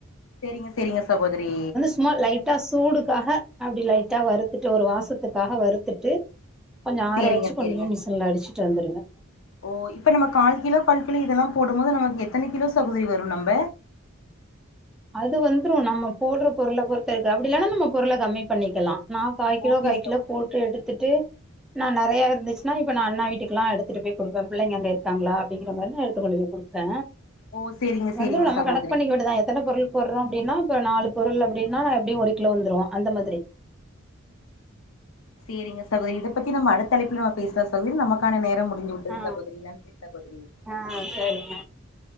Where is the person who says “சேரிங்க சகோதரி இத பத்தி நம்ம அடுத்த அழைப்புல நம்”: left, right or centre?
Left